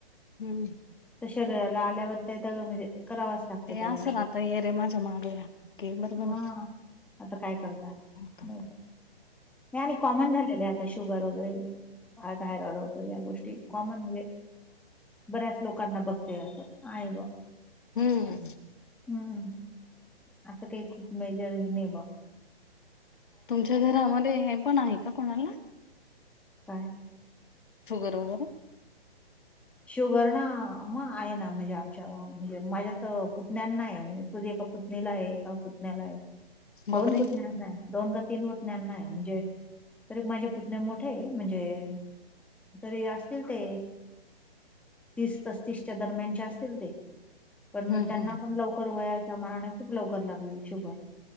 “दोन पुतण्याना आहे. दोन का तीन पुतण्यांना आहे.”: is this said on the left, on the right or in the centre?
Centre